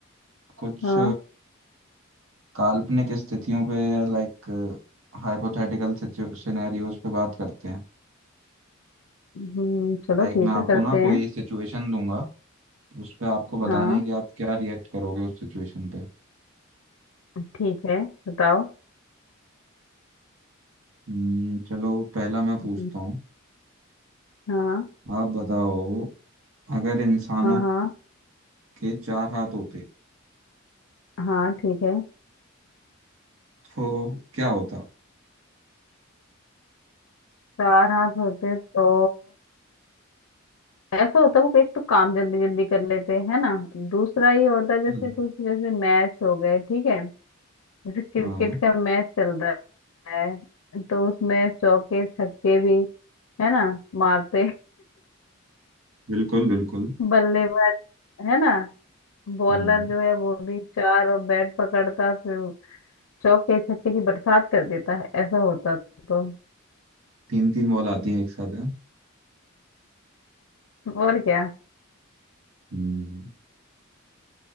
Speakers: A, on the right; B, on the left.
A: कुछ
B: हाँ
A: काल्पनिक स्थितियों पे लाइक हाइपोथेटिकल सिनेरियोज पे बात करते हैं
B: हम्म, चलो
A: लाइक
B: ठीक
A: मैं आपको
B: है करते
A: ना कोई
B: हैं
A: सिचुएशन दूंगा उस पे आपको बताना
B: हाँ
A: है कि आप क्या रिएक्ट करोगे उस सिचुएशन पे
B: ठीक है बताओ
A: हम्म, चलो पहला मैं
B: हम्म,
A: पूछता हूँ
B: हाँ
A: आप बताओ अगर इंसानों
B: हाँ हाँ
A: के चार हाथ होते
B: हाँ ठीक है
A: तो क्या होता
B: चार हाथ होते तो ऐसा होता वो एक तो काम जल्दी जल्दी कर लेते हैं ना दूसरा ये होता है जैसे
A: हम्म,
B: कुछ जैसे मैच हो गए ठीक है जैसे क्रिकेट
A: हाँ
B: का मैच चल रहा है तो उसमें चौके छक्के भी है ना मारते
A: बिल्कुल बिल्कुल
B: बल्लेबाज है ना बॉलर
A: हम्म
B: जो है वो भी चार और बैट पकड़ता फिर चौके छक्के की बरसात कर देता है ऐसा होता तो
A: तीन तीन बॉल आती हैं एक साथ है
B: और क्या
A: हम्म